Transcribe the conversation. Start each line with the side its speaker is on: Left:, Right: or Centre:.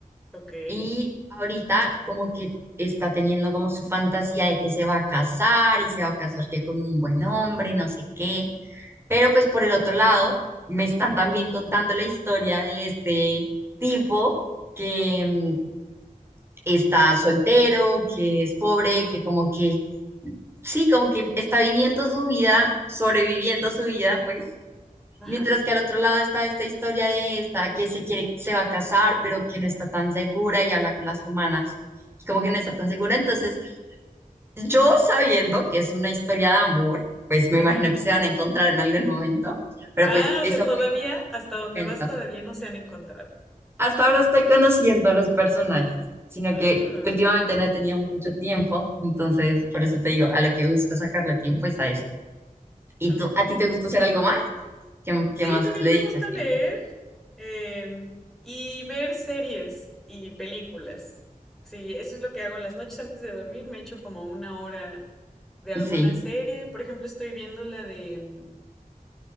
Centre: Ok.
Right: Y ahorita como que está teniendo como su fantasía de que se va a casar y se va a casar que con un buen hombre, no sé qué. Pero pues por el otro lado, me están también contando la historia de este tipo que mm, está soltero, que es pobre, que como que, sí, como que está viviendo su vida, sobreviviendo su vida, pues
Centre: Ajá.
Right: Mientras que al otro lado está esta historia de esta que se quiere, se va a casar, pero que no está tan segura y habla con las hermanas. y Como que no está tan segura. Entonces, yo sabiendo que es una historia de amor, pues me
Centre: Ajá.
Right: imagino que se van a encontrar en algún momento. Pero
Centre: Ah,
Right: pues eso
Centre: o sea, todavía,
Right: me
Centre: hasta donde
Right: me cuento.
Centre: vas, todavía no se han encontrado.
Right: Hasta ahora estoy conociendo a los personajes, sino
Centre: Ah,
Right: que últimamente
Centre: ok.
Right: no he tenido mucho tiempo. Entonces, por eso te digo, a la que busco sacarle tiempo es a eso. ¿Y
Centre: Ok.
Right: tú, a ti te gusta hacer algo más? ¿Qué,
Centre: Sí,
Right: qué más
Centre: también
Right: le
Centre: me
Right: dedicas
Centre: gusta leer.
Right: tiempo?
Centre: Em, y ver series y películas. Sí, eso es lo que hago en las noches antes de dormir. Me echo como una hora de alguna
Right: Sí.
Centre: serie. Por ejemplo, estoy viendo la de mm,